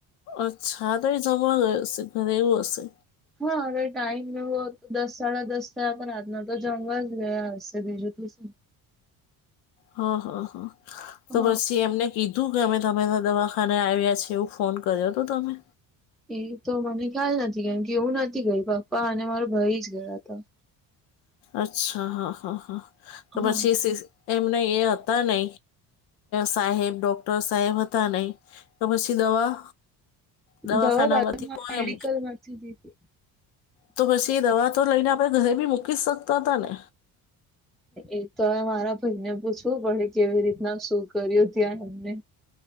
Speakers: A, on the left; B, in the centre.
A: અચ્છા, તો એ જમા હો હશે, ઘરેવું હશે.
B: હા, હવે ટાઈમ ન હોત, દસ-સાડા દસ થયા હતા, રાતના તો જમવા જ ગયા હશે, બીજું તો શું?
A: હા, હા, હા, તો
B: હા
A: પછી એમને. કીધું કે, અમે તમારા દવાખાને આવ્યા છે, એવું ફોન કર્યો હતો તમે.
B: એ તો મને ખ્યાલ નથી, કેમકે હું નથી ગઈ, પપ્પા અને મારો ભાઈ જ ગયા હતા.
A: અચ્છા, હા, હા, હા, તો
B: હા
A: પછી એમને એ હતા નય. સાહેબ ડોક્ટર સાહેબ હતા નહીં, તો પછી દવા? દવાખાના
B: દવા બાજુમાં
A: માંથી કોયમ
B: મેડિકલ માંથી લીધી.
A: તો પછી દવા તો લઈને, આપણે ઘરે ભી મૂકી શકતા હતા ને.
B: એ તો મારા ભાઈને પૂછવું પડે, કેવી રીતના શું કર્યું ત્યાં એમને?